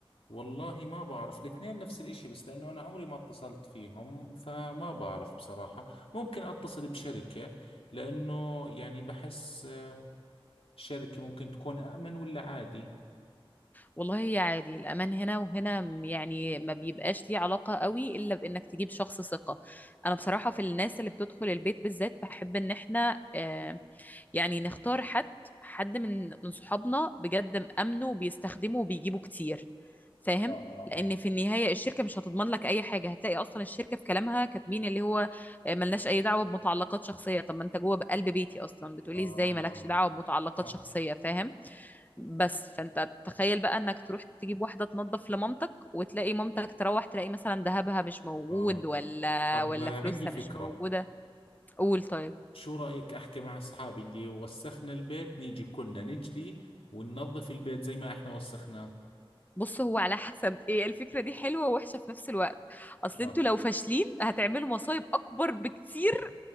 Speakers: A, on the left; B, on the left.
A: والله ما بعرف الاثنين نفس الإشي بس لأنه أنا عمري ما اتصلت فيهم فما بعرف بصراحة ممكن أتصل بشركة لأنه يعني بحس شركة ممكن تكون أأمن ولا عادي
B: والله هي عادي الأمان هنا وهنا م- يعني ما بيبقاش ليه علاقة قوي إلا بإنك تجيب شخص ثقة أنا بصراحة في الناس اللي بتدخل البيت بالذات بحب إن إحنا آه، يعني نختار حد حد من من صحابنا بجد مأمنه وبيستخدمه وبيجيبه كتير فاهم
A: اه
B: لان
A: اه
B: في النهايه الشركه مش هتضمن لك اي حاجه هتلاقي اصلا الشركه في كلامها كاتبين اللي هو آه، ملناش اي دعوه بمتعلقات شخصيه طب ما انت جوه بقلب بيتي اصلا بتقولي
A: اه آه
B: ازاي مالكش دعوه بمتعلقات
A: صح
B: شخصيه فاهم بس فانت تخيل بقى انك تروح تجيب واحده تنظف لمامتك وتلاقي مامتك تروح تلاقي مثلا ذهبها مش موجود
A: آه
B: ولا
A: طب
B: ولا
A: عندي
B: فلوسها
A: فكرة
B: مش موجوده قول طيب
A: شو رأيك أحكي مع أصحابي اللي وسخنا البيت نيجي كلنا نجلي وننظف البيت زي ما إحنا وسخناه
B: بص هو على حسب ايه الفكرة دي حلوة ووحشة في نفس الوقت اصل
A: آه.
B: انتوا لو فاشلين هتعملوا مصايب اكبر بكتير